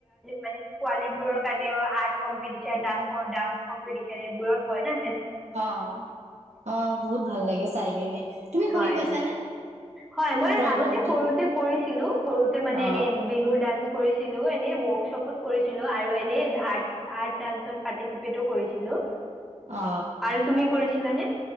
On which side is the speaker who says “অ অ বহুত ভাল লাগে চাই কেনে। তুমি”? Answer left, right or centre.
Right